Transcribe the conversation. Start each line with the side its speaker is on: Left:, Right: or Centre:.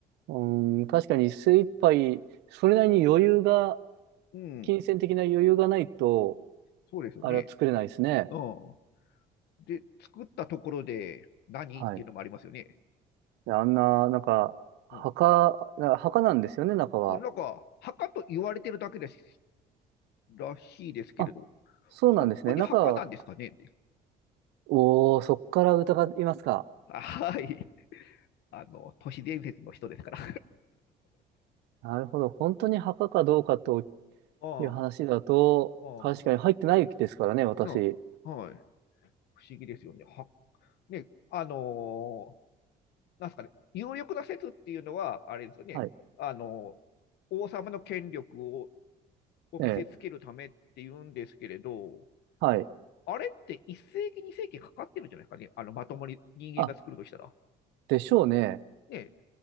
Right: うーん、確かに精一杯、それなりに余裕が、
Left: い。うん。
Right: 金銭的な余裕がないと、
Left: そうですよね。
Right: あれは作れないですね。
Left: うん。で、作ったところで何っていうのもありますよね。
Right: はい。であんな、なんか、墓、
Left: うん。
Right: な墓なんですよね、中は。
Left: うん、なんか、墓と言われてるだけですらしいですけれど、
Right: あ、そうなんですね。
Left: 本当に墓なんですかねって。
Right: 中は、おー、そっから疑いますか。
Left: あはい。あの、都市伝説の人ですから。
Right: なるほど。本当に墓かどうかと
Left: <laughs> ああ、
Right: いう話だと、
Left: ああ、
Right: 確かに入ってないですからね、私。
Left: うん。はい。不思議ですよね。は、ね、あのーなんですかね、有力な説っていうのは、あれですよね、
Right: はい。
Left: あのー王様の権力を、を見せつけるためっていうんですけれど、
Right: ええ。はい。
Left: あれって1世紀、2世紀かかってるじゃないですかね、あのまともに人間が作るとしたら。
Right: あ、でしょうね。
Left: ね、